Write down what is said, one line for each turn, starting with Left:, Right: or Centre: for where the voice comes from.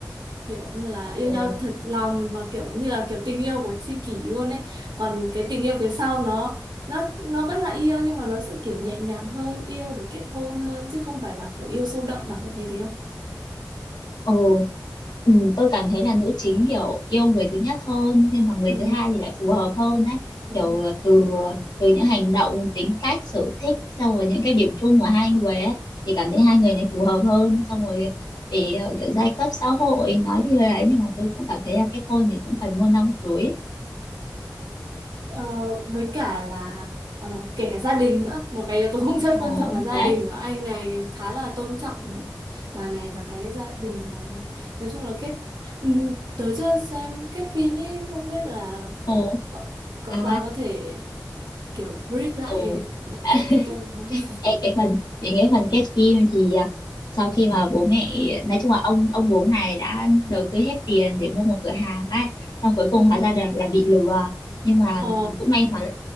Right: kiểu như là yêu
Left: ừ,
Right: nhau thật lòng và kiểu như là kiểu tình yêu của tri kỷ luôn ấy còn cái tình yêu phía sau nó nó nó vẫn là yêu nhưng mà nó sẽ kiểu nhẹ nhàng hơn yêu để kết hôn hơn chứ không phải là kiểu yêu sâu đậm bà có thấy thế không?
Left: ừ, ừ, tôi cảm thấy là nữ chính kiểu yêu người thứ nhất hơn nhưng mà người
Right: Ừ.
Left: thứ hai thì lại phù hợp hơn đấy
Right: Ừ.
Left: kiểu ờ, từ từ những hành động tính cách sở thích xong rồi những cái điểm chung của hai người ấy thì cảm thấy hai người này phù hợp hơn xong rồi thì ờ, kiểu giai cấp xã hội nói thì hơi ấy nhưng mà tôi cũng cảm thấy là kết hôn thì cũng cần môn đăng hộ đối ấy.
Right: Ờ, với cả là ờ, kể cả gia đình nữa một cái yếu tố <laughs> cũng rất
Left: ồ
Right: quan trọng là gia
Left: đấy
Right: đình của anh này khá là tôn trọng bà này và cái gia đình của bà này nói chung là kết ừ, tớ chưa xem kết phim ý không biết là
Left: ồ
Right: cậu, cậu
Left: à
Right: bà có thể kiểu brief lại
Left: ồ
Right: đoạn
Left: <laughs>
Right: kết cho tôi không? <laughs>
Left: Ê, cái phần đến cái phần kết phim thì à, sau khi mà bố mẹ nói chung là ông ông bố này đã đầu tư hết tiền để mua một cửa hàng á xong cuối cùng
Right: ừ.
Left: hóa ra là, là bị lừa nhưng mà
Right: ờ
Left: cũng may mắn